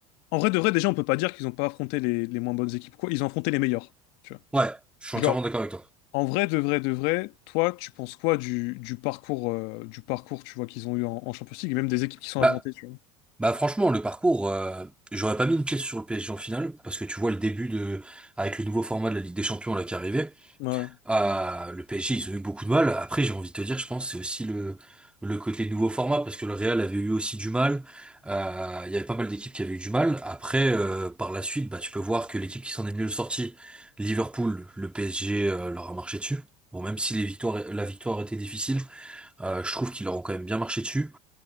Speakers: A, on the left; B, in the centre.
A: En vrai de vrai, déjà, on peut pas dire qu'ils ont pas affronté les, les moins bonnes équipes, quoi. Ils ont affronté les meilleures, tu vois.
B: Ouais, je suis
A: Genre,
B: entièrement d'accord avec toi.
A: en vrai de vrai de vrai, toi, tu penses quoi du, du parcours, euh, du parcours, tu vois, qu'ils ont eu en, en Champions League, et même des équipes qui sont
B: Bah,
A: affrontées, tu vois.
B: bah franchement, le parcours, euh, j'aurais pas mis une pièce sur le PSG en finale, parce que tu vois le début de, avec le nouveau format de la Ligue des Champions là qui arrivait
A: Ouais,
B: Ah, le PSG, ils ont eu beaucoup de mal. Après, j'ai envie de te dire, je pense, c'est aussi le, le côté nouveau format, parce que le Real avait eu aussi du mal. Euh, il y avait pas mal d'équipes qui avaient eu du mal. Après, euh, par la suite, bah, tu peux voir que l'équipe qui s'en est mieux sortie, Liverpool, le PSG, euh, leur a marché dessus. Bon, même si les victoires, la victoire était difficile, euh, je trouve qu'ils leur ont quand même bien marché dessus.